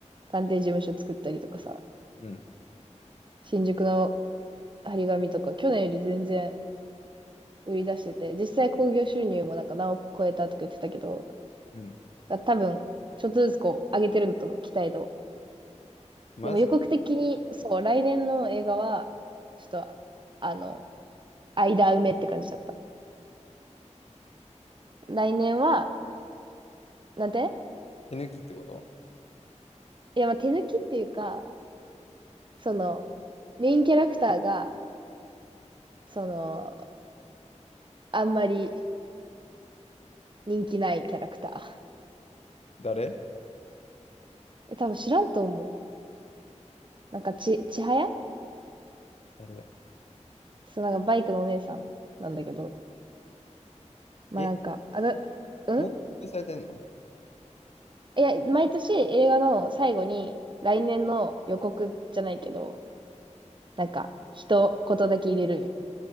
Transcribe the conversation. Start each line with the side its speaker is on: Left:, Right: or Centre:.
Right: 探偵事務所作ったりとかさ、
Left: うん、
Right: 新宿の張り紙とか、去年より全然売り出してて、実際興行収入もなんか何億超えたとか言ってたけど、
Left: うん。
Right: だ多分、ちょっとずつこう、上げてるんだと思う、期待度。
Left: マジ
Right: でも予告的に、そう、来年の映画は、ちょっと、あの、間埋めって感じだった。来年は、なんて
Left: 手抜きってこと
Right: いや、まあ、手抜きっていうか、その、メインキャラクターが、その、あんまり人気ないキャラクター。
Left: 誰
Right: え、多分知らんと思う。なんかち、ちはや
Left: 誰や。
Right: そう、なんかバイクのお姉さんなんだけど。まあなんか、
Left: え、
Right: あだ、うん
Left: もう発表されてんの
Right: いや、毎年映画の最後に来年の予告じゃないけど、なんか、一言だけ入れるんよ。